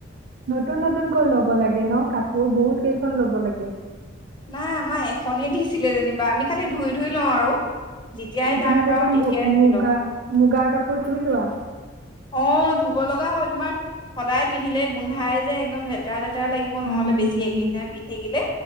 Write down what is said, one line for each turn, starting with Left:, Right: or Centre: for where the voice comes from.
Right: নতুন-নতুনকৈ ল'ব লাগে ন কাপোৰ বহুত কেইখন ল'ব লাগে।
Left: নাই, আমাৰ এখনেই দিছিলে যেনিবা আমি খালি ধুই ধুই লওঁ আৰু। যেতিয়াই
Right: এতিয়া
Left: টাইম পাওঁ
Right: তোমালোকে
Left: তেতিয়াই ধুই
Right: মুগা-মুগাৰ
Left: লওঁ
Right: কাপোৰ ধুই লোৱা?
Left: অ ধুব লগা হয়, তোমাৰ সদায় পিন্ধিলে গোন্ধাই যে একদম লেতেৰা-লেতে তেৰা লাগিব
Right: উম
Left: নহ'লে বেছি
Right: উম
Left: একেদিনাই
Right: উম
Left: পিন্ধি থাকিলে।